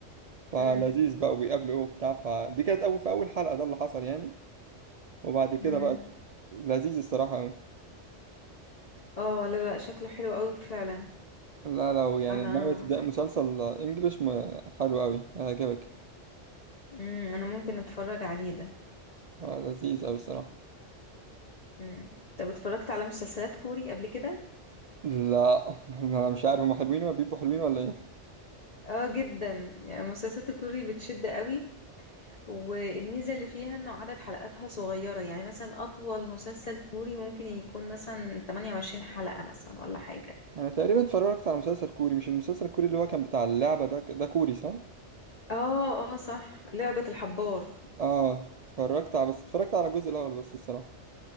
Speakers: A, on the right; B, on the left.
A: فلذيذ
B: مم.
A: بقى وبيقابلوا ايه وبتاع فدي كانت اول في اول حلقة ده اللي حصل يعني وبعد كده
B: مهم.
A: بقى لذيذ الصراحة قوي
B: اه لا لا شكله حلو قوي فعلا
A: لا لو يعني
B: انا
A: ناوي تبدأ مسلسل انجليش م- حلو قوي هيعجبك
B: امم انا ممكن اتفرج عليه ده
A: آه، لذيذ قوي الصراحة
B: امم طب اتفرجت على مسلسلات كوري قبل كده
A: لا <laughs> انا مش عارف هما حلوين ولا بيبقوا حلوين ولا ايه
B: اه جدا يعني مسلسلات الكوري بتشد قوي والميزة اللي فيها انه عدد حلقاتها صغيرة يعني مثلا اطول مسلسل كوري ممكن يكون مثلا 28 حلقة مثلا ولا حاجة
A: انا تقريبا اتفرجت على مسلسل كوري مش المسلسل الكوري اللي هو كان بتاع اللعبة ده ده كوري صح
B: اه اه صح لعبة الحبار
A: اه اتفرجت على بس اتفرجت على الجزء الاول بس الصراحه